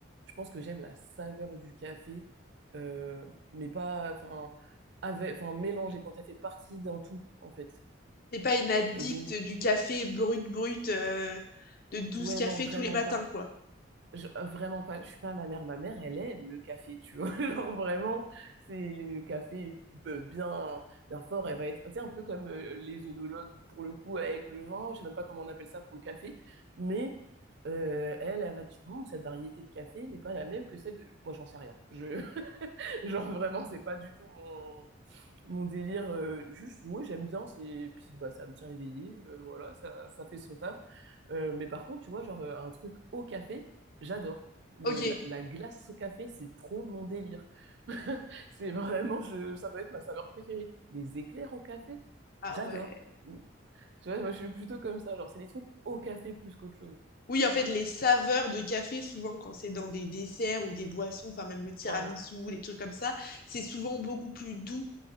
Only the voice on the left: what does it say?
T'es pas une addict
du café brut, brut, euh, de 12
cafés
tous les matins,
quoi.
Ok.
Ah
ouais.
Oui, en fait, les saveurs de café, souvent, quand c'est dans des desserts ou des boissons, enfin, même le tiramisu,
les trucs comme ça, c'est souvent beaucoup plus doux